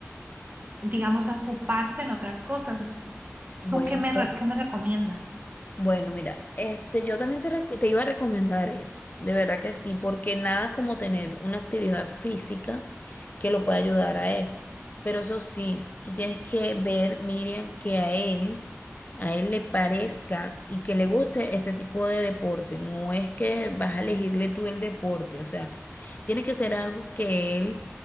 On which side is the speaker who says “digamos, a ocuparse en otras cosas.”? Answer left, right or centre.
Right